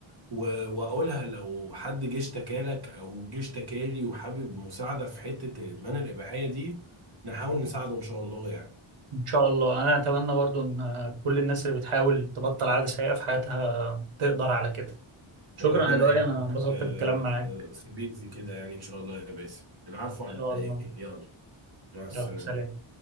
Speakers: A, on the right; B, on the right.
A: و- واقولها لو حد جه اشتكالك او جه اشتكالي وحابب مساعده في حته الادمان الاباحيه دي نحاول نساعده ان شاء الله يعني
B: ان شاء الله انا اتمنى برضو ان كل الناس اللي بتحاول تبطل عادة سيئة في حياتها تقدر على كده شكرا
A: ربنا
B: يا لؤي
A: يجعل
B: انا انبسطت
A: لك آه،
B: بالكلام معاك ان
A: سبيل في كده يعني ان شاء الله يا باسم العفو
B: شاء
A: على ايه
B: الله
A: يلا مع السلامه
B: يلا سلام